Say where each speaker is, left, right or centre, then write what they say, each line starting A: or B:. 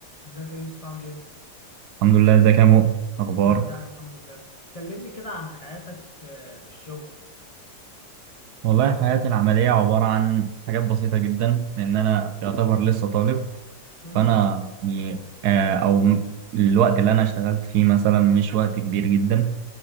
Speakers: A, on the left (about 25°); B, on the right (about 75°).
A: ازيك يا يوسف عامل ايه؟
B: الحمد لله ازيك يا مؤمن اخبارك
A: انا تمام الحمد لله كلمني كده عن حياتك آه، في الشغل
B: والله حياتي العمليه عباره عن حاجات بسيطه جدا لان انا يعتبر لسه طالب
A: مم.
B: فانا يعني آه، او م- الوقت اللي انا اشتغلت فيه مثلا مش وقت كبير جدا